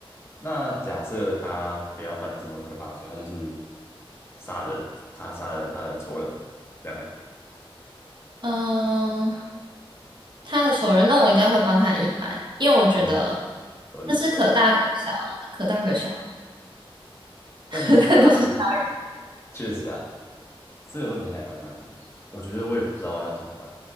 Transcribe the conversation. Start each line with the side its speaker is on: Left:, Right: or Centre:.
Left: 那假设他不要犯这么可怕的罪，他就是杀人，他杀了他的仇人，这样嘞，
Right: 嗯、他的仇人，那我应该会帮他隐瞒，因为我觉得
Left: 嗯，合理嘛？
Right: 这是可大可小啊，可大可小，
Left: 但
Right: <laughs> 但都是他。
Left: <laughs> 确实啊，这个问题还蛮难的，我觉得我也不知道要怎么办。